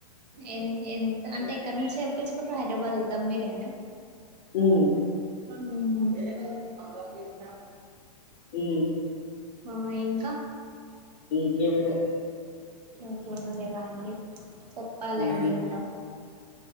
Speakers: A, on the right (about 70°); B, on the left (about 50°).
A: ఎం ఎంత అంటే ఎక్కడ నుంచి తెప్పించుకుంటున్నారు హైదరాబాద్ లో దమ్ బిరియానియా
B: ఉమ్
A: ఉమ్ పవర్ కేశిన
B: ఉ
A: ఆ ఇంకా
B: ఇంకేం లే
A: ఇంకేం లేదా అండి చెప్పాలండి
B: ఉమ్
A: ఇంకా